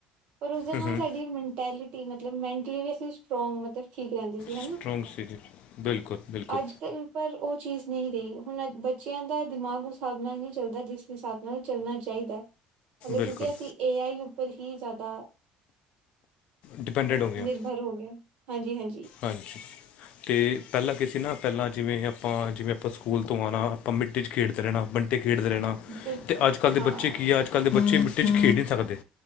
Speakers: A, on the right (about 65°); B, on the left (about 65°).
A: ਪਰ ਉਸਦੇ
B: ਹੂੰ
A: ਨਾਲ
B: ਹੂੰ
A: ਸਾਡੀ ਮੈਂਟੈਲਿਟੀ ਮਤਲਬ ਮੈਂਟਲੀ ਵੀ ਅਸੀਂ ਸਟਰੋਂਗ ਮਤਲਬ ਠੀਕ ਰਹਿੰਦੇ ਸੀ ਹੈਨਾ,
B: ਸਟਰੋਂਗ ਸੀ ਜੀ ਬਿਲਕੁਲ ਬਿਲਕੁਲ
A: ਅੱਜ -ਕੱਲ੍ਹ ਪਰ ਉਹ ਚੀਜ਼ ਨਹੀਂ ਰਹੀ, ਹੁਣ ਬੱਚਿਆਂ ਦਾ ਦਿਮਾਗ ਉਸ ਹਿਸਾਬ ਨਾਲ ਨਹੀਂ ਚੱਲਦਾ, ਜਿਸ ਹਿਸਾਬ ਨਾਲ ਚੱਲਣਾ ਚਾਹੀਦਾ, ਮਤਲਬ
B: ਬਿਲਕੁਲ
A: ਕਿਉਂਕਿ ਅਸੀਂ ਏ ਆਈ ਉੱਪਰ ਹੀ ਜ਼ਿਆਦਾ,
B: ਡਿਪੈਂਡਡ ਹੋ ਗਿਆ
A: ਨਿਰਬਰ ਹੋ ਗਏ ਆ। ਹਾਂਜੀ-ਹਾਂਜੀ।
B: ਹਾਂਜੀ। ਤੇ ਪਹਿਲਾਂ ਕੀ ਸੀ ਨਾ, ਪਹਿਲਾਂ ਜਿਵੇਂ ਆਪਾਂ ਜਿਵੇਂ ਆਪਾਂ, ਸਕੂਲ ਤੋਂ ਆਣਾ ਆਪਾਂ ਮਿੱਟੀ 'ਚ ਖੇਡਦੇ ਰਹਿਣਾ ਬੰਟੇ ਖੇਡਦੇ ਰਹਿਣਾ
A: ਬਿਲਕੁਲ
B: ਤੇ ਅੱਜ- ਕੱਲ ਦੇ
A: ਹਾਂ
B: ਬੱਚੇ ਕੀ ਆ ਅੱਜ ਕੱਲ ਦੇ ਬੱਚੇ ਮਿੱਟੀ ਚ ਖੇਡ ਨ ਸਕਦੇ,